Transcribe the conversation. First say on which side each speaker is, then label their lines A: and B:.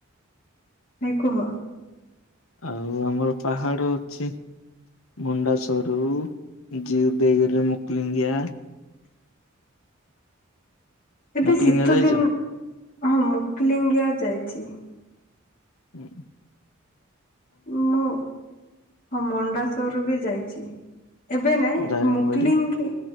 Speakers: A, on the left (about 40°); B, on the left (about 75°).
A: ନାଇଁ କୁହ
B: ଆଉ ଆମର ପାହାଡ଼ ଅଛି। ମୁଣ୍ଡାସୋରୁ ଜଉଦେଗିରି ମୁକୁଲିଙ୍ଗିଆ,
A: ଏବେ
B: ମୁକ୍ଲିଙ୍ଗିଆ
A: ଶୀତ
B: ଯାଇଛ?
A: ଦିନ ହଁ ମୁକ୍ଲିଙ୍ଗିଆ ଯାଇଛି।
B: ହୁଁଁ।
A: ମୁଁ ହଁ ମଣ୍ଡାସରରୁୁ ବି ଯାଇଛି। ଏବେ ନାଇଁ
B: ଦାରିଙ୍ଗବାଡି
A: ମୁକଲିଙ୍ଗ